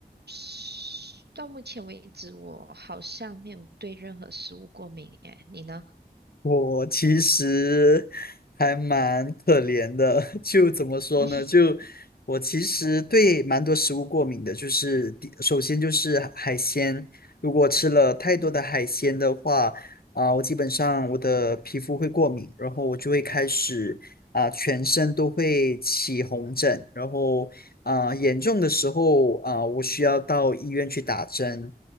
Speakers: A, on the right; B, on the left.
A: 是到目前为止，我好像没有对任何食物过敏诶，你呢？
B: 我其实还蛮可怜的，<laughs> 就怎么说呢？
A: <laughs>
B: 就我其实对蛮多食物过敏的，就是第首先就是海鲜，如果吃了太多的海鲜的话，
A: 嗯，
B: 啊、我基本上我的皮肤会过敏，然后我就会开始啊、全身都会起红疹，然后啊、严重的时候啊、我需要到医院去打针。